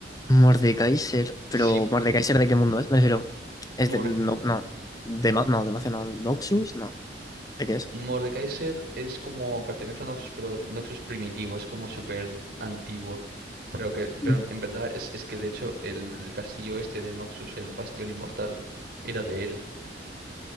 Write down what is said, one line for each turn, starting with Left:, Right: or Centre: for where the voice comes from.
Left: Mordekaiser, pero
Right: Sí,
Left: ¿Mordekaiser de qué mundo es? Me refiero, es
Right: Morde-
Left: de, no, no, de, Ma- no, de Macia no, Noxus, no, ¿de qué es?
Right: Mordekaiser es como pertenece a Noxus, pero Noxus primitivo, es como súper antiguo. Pero que, pero
Left: Mm,
Right: en verdad es, es que de hecho el castillo este de Noxus, el Bastión Inmortal, era de él.